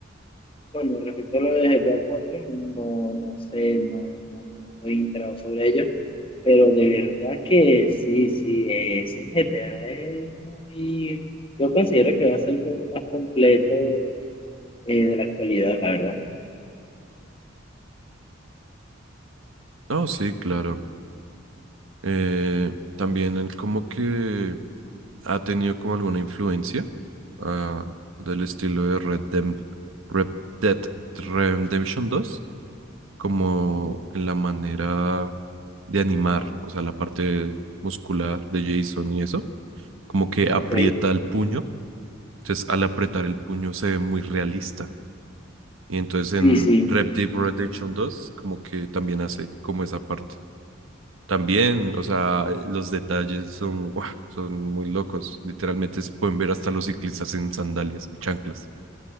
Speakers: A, on the left; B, on the right.
A: Bueno, respecto a lo de GTA cuatro no, no sé, no, no, no estoy enterado sobre ello, pero de verdad que sí, sí, ese GTA es muy, yo considero que va a ser el juego más completo eh, de la actualidad, la verdad.
B: No, sí, claro. Eh, también en como que ha tenido como alguna influencia ah, del estilo de Red, Dem- Red Dead Redemption dos como en la manera de animar, o sea, la parte muscular de Jason y eso, como que
A: Ok,
B: aprieta el puño, entonces al apretar el puño se ve muy realista. Y entonces
A: sí,
B: en
A: sí.
B: Red Dead Redemption dos como que también hace como esa parte. También, o sea, los detalles son, ¡guau! son muy locos. Literalmente se pueden ver hasta los ciclistas en sandalias, en chanclas.